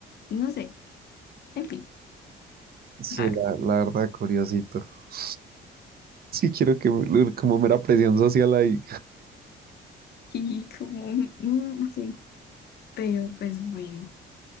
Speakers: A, on the left; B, on the right.
A: No sé, en fin.
B: sí,
A: claro.
B: la, la verdad, curiosito. <laughs> Sí quiero que, me- como mera presión social ahí.
A: Y como, mm, ok. Pero pues bueno,